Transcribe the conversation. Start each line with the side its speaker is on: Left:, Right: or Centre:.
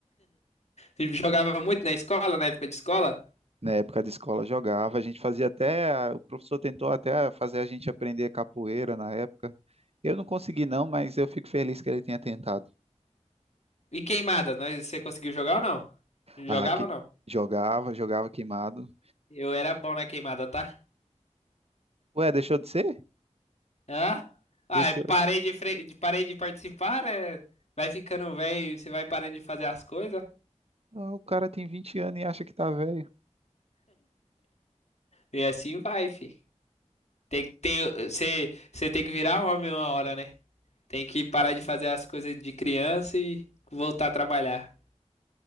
Left: Eu Jogava muito na escola, na época de escola.
Right: Na época de escola jogava, a gente fazia até, a- o professor tentou até fazer a gente aprender capoeira na época. Eu não consegui não, mas eu fico feliz que ele tenha tentado.
Left: E queimada, nós- você conseguiu jogar ou não? Jogava
Right: Ah, que
Left: ou não?
Right: jogava, jogava queimado.
Left: Eu era bom na queimada, tá?
Right: Ué, deixou de ser?
Left: Hã? Ai,
Right: Deixou.
Left: parei de, fre- de- parei de participar, né? Vai ficando velho, você vai parando de fazer as coisas.
Right: Ah, o cara tem vinte anos e acha que tá velho.
Left: E assim vai, fi. Tem, que- tem, você, você tem que virar homem uma hora, né? Tem que parar de fazer as coisas de criança e voltar a trabalhar.